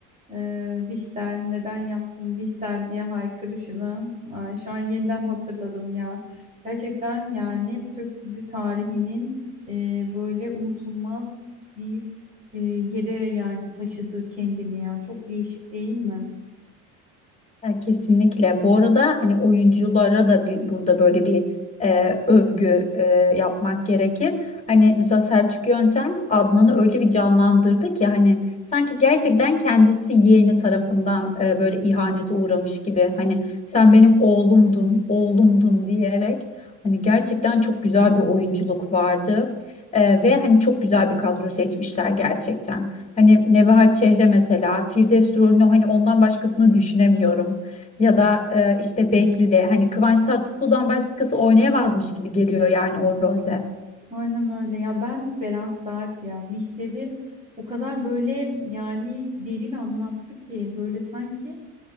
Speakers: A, on the right (about 20°); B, on the left (about 20°).
A: ee, Bihter neden yaptım Bihter diye haykırışını. Ay, şu an yeniden hatırladım ya. Gerçekten yani Türk dizi tarihinin ee, böyle unutulmaz bir ee, yere yani taşıdı kendini ya. Çok değişik değil mi?
B: Ya kesinlikle. Bu arada hani oyunculara da bir, burada böyle bir e, övgü e, yapmak gerekir. Hani mesela Selçuk Yöntem Adnan'ı öyle bir canlandırdı ki hani sanki gerçekten kendisi yeğeni tarafından e, böyle ihanete uğramış gibi. Hani sen benim oğlumdun, oğlumdun diyerek. Hani gerçekten çok güzel bir oyunculuk vardı. Ee, ve hani çok güzel bir kadro seçmişler gerçekten. Hani Nebahat Çehre mesela Firdevs rolünü hani ondan başkasını düşünemiyorum. Ya da e, işte Behlül'e hani Kıvanç Tatlıtuğ'dan başkası oynayamazmış gibi geliyor yani o rolde.
A: Aynen öyle ya ben Beren Saat ya Bihter'i o kadar böyle yani derin anlattı ki böyle sanki